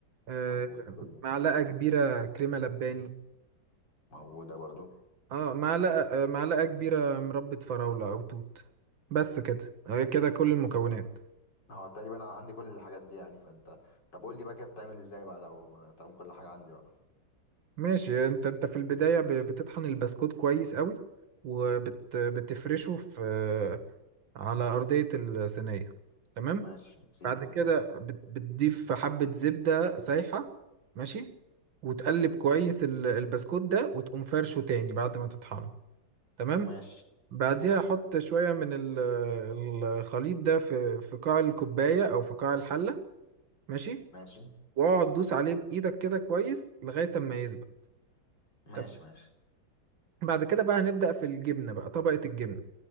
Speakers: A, on the right; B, on the left.
A: آه،
B: موجود كله
A: معلقة كبيرة كريمة لباني
B: موجوده برضو
A: اه معلقة آه، معلقة كبيرة مربة فراولة أو توت بس كده آه، كده كل المكونات
B: هو تقريبا انا عندي كل الحاجات دي يعني فانت طب قول لي بقى كده بتعمل ازاي بقى لو طالما كل حاجه عندي بقى
A: ماشي انت انت في البداية ب- بتطحن البسكوت كويس قوي وبتفرشه في آه، على أرضية الصينية تمام
B: ماشي بسيطه
A: بعد كده
B: دي
A: بت- بتضيف حبة زبدة سايحة ماشي وتقلب كويس ال- البسكوت ده وتقوم فرشه تاني بعد ما تطحنه تمام
B: ماشي
A: بعديها احط شويه من ال- الخليط ده في في قاع الكوبايه او في قاع الحله ماشي
B: ماشي
A: واقعد دوس عليه بايدك كده كويس لغايه اما يسبق
B: ماشي
A: طب
B: ماشي
A: بعد كده بقى هنبدا في الجبنه بقى طبقه الجبنه